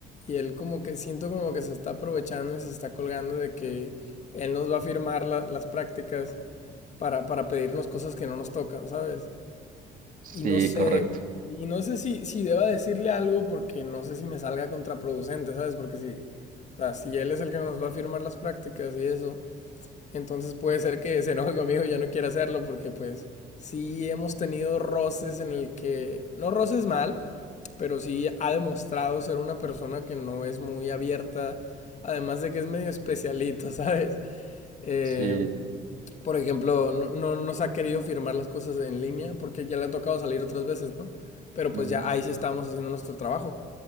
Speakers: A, on the left (about 45°); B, on the right (about 50°).
A: y él como que siento como que se está aprovechando y se está colgando de que él nos va a firmar la- las prácticas para, para pedirnos cosas que no nos tocan, ¿sabes?
B: Sí,
A: Y no sé,
B: correcto.
A: y no sé si, si deba decirle algo porque no sé si me salga contraproducente, ¿sabes? Porque si, o sea, si él es el que nos va a firmar las prácticas y eso, entonces puede ser que se enoje conmigo y ya no quiera hacerlo porque pues sí hemos tenido roces en el que, no roces mal, pero sí ha demostrado ser una persona que no es muy abierta, además de que es medio especialito, <laughs> ¿sabes? Eh,
B: Sí.
A: por ejemplo, no, no nos ha querido firmar las cosas en línea porque ya le ha tocado salir otras veces, ¿no? Pero pues
B: ujú,
A: ya ahí sí estábamos haciendo nuestro trabajo.